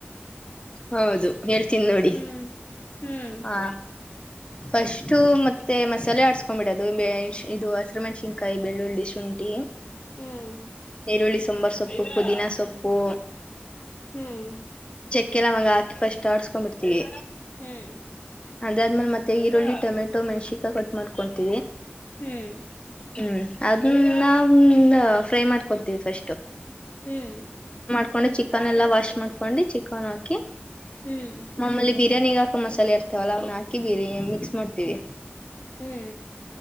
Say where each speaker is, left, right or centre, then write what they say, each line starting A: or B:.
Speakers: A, on the left (about 25°); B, on the left (about 45°).
A: ಹೌದು ಹೇಳ್ತೀನ ನೋಡಿ
B: ಹ್ಮ್ ಹ್ಮ್
A: ಹಾ
B: <inaudible>
A: ಫಸ್ಟು ಮತ್ತೆ ಮಸಾಲೆ ಆಡ್ಸ್ಕೊಂಡ್ಬಿಡ ಅದು ಇದು ಹಸಿ ಮೆಣ್ಸಿನ್ಕಾಯಿ ಬೆಳ್ಳುಳ್ಳಿ ಶುಂಠಿ
B: ಹ್ಮ್
A: ಈರುಳ್ಳಿ ಸಾಂಬಾರ ಸೊಪ್ಪು ಪುದೀನ ಸೊಪ್ಪು
B: ಹ್ಮ್
A: ಎಲ್ಲಕ್ಕಿ ಲವಂಗ ಹಾಕಿ ಫಸ್ಟ್ ಆಡ್ಸ್ಕೊಂಡಂಬಿಡ್ತೀವಿ
B: ಹ್ಮ್
A: ಅದಾದ್ಮೇಲೆ ಮತ್ತೆ ಈರುಳ್ಳಿ ಟೊಮೆಟೊ ಮೆನಾಸಿನ ಕಾಯಿ ಕಟ್ ಮಾಡ್ಕೊಂತೀವಿ...
B: ಹ್ಮ್
A: ಹ್ಮ್ ಅದನ್ನ ಫ್ರೈ ಮಾಡ್ಕೊತೀವಿ ಫಸ್ಟ್
B: ಹ್ಮ್
A: ಹಾಕೊಂಡು ಚಿಕನ್ ಎಲ್ಲಾ ವಾಶ್ ಮಾಡ್ಕೊಂಡು ಚಿಕನ್ ಹಾಕಿ
B: ಹ್ಮ್
A: ಮಮಲ್ಲಿ ಬಿರಿಯಾನಿ ಹಾ ಚಿಕನ್ ಹಾಕ ಮಸಾಲೆ ಇರ್ತಾವಲ್ಲ ಅವ್ನ ಹಾಕಿ ಬೀರಿ ಮಿಕ್ಸ್ ಮಾಡ್ತೀವಿ
B: ಹ್ಮ್